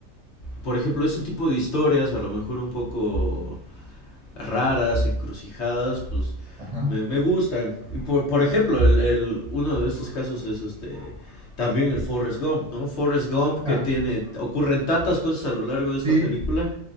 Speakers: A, on the left (about 55°); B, on the right (about 30°).
A: por ejemplo, ese tipo de historias, a lo mejor un poco raras, encrucijadas, pues
B: Ajá.
A: me, me gustan. Y por, por ejemplo, el, el, uno de estos casos es este también el Forrest Gump, ¿no? Forrest Gump que
B: Claro.
A: tiene, ocurren tantas cosas a lo largo de esta
B: Sí.
A: película,